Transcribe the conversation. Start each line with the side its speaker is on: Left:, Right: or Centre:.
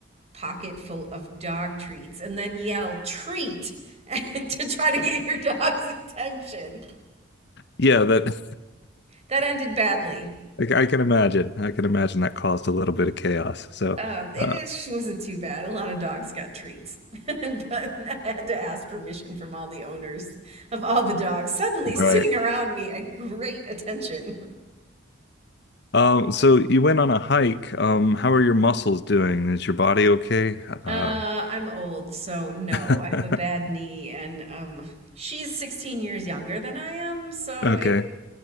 Right: pocket full of dog treats and then yell treat <laughs> to try to get your dog's attention.
Left: Yeah, that
Right: That ended badly.
Left: I, I can imagine. I can imagine that caused a little bit of chaos. So,
Right: Um, it
Left: uh,
Right: is, she wasn't too bad. A lot of dogs got treats, <laughs> but I had to ask permission from all the owners of all the dogs, suddenly
Left: Right.
Right: sitting around me at great attention.
Left: um, so you went on a hike. Um, how are your muscles doing? Is your body okay? Um,
Right: Uh, I'm old, so no,
Left: <laughs>
Right: I have a bad knee, and um, she's 16 years younger than I am, so
Left: okay.
Right: it